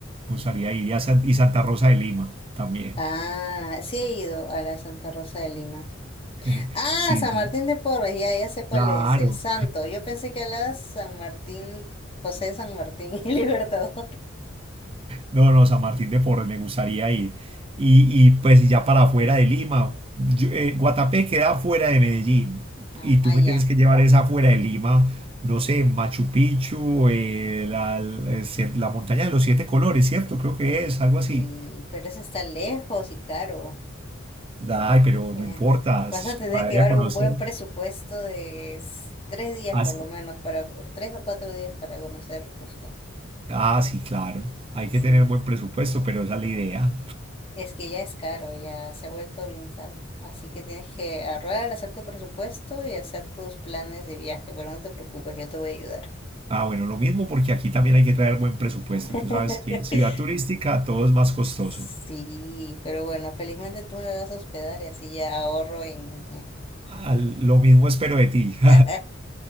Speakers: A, on the right; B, on the left.
A: Me gustaría ir. Y, a San- y Santa Rosa de Lima también.
B: Ah, sí he ido a la de Santa Rosa de Lima.
A: <laughs>
B: Ah,
A: Sí,
B: San
A: sí.
B: Martín de Porres, ya, ya sé cuál
A: Claro.
B: es, el santo. Yo pensé que hablabas San Martín, José de San Martín <laughs> y Libertador.
A: No, no, San Martín de Porres, me gustaría ir. Y, y, pues ya para afuera de Lima, yo- eh, Guatapé queda fuera de Medellín
B: Ajá,
A: y tú
B: ah,
A: me
B: ya.
A: tienes que llevar esa fuera de Lima, no sé, Machu Picchu, eh, la, la la montaña de los siete colores, ¿cierto? Creo que es algo así.
B: Y pero ese está lejos y caro.
A: Ay, pero
B: Bien.
A: no importa,
B: Vas
A: es
B: a tener
A: para
B: que
A: ir
B: llevar
A: a conocer.
B: un buen presupuesto de s- tres días
A: Ah,
B: por
A: sí,
B: lo menos para, co- tres o cuatro días para conocer Cusco.
A: ah, sí, claro, hay que
B: Sí,
A: tener buen presupuesto, pero esa es la idea.
B: es que ya es caro, ya se ha vuelto bien caro. Así que tienes que ahorrar, hacer tu presupuesto y hacer tus planes de viaje, pero no te preocupes, yo te voy a ayudar.
A: Ah, bueno, lo mismo porque aquí también hay que traer buen presupuesto.
B: <laughs>
A: Tú sabes que ciudad turística todo es más costoso.
B: Sí, pero bueno, felizmente tú me vas a hospedar y así ya ahorro en...
A: Al- Lo mismo espero de ti. <laughs>
B: <laughs>